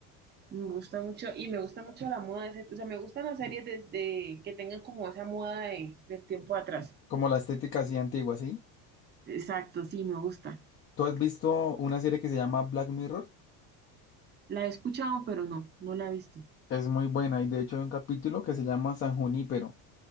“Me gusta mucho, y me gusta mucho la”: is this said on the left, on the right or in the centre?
Right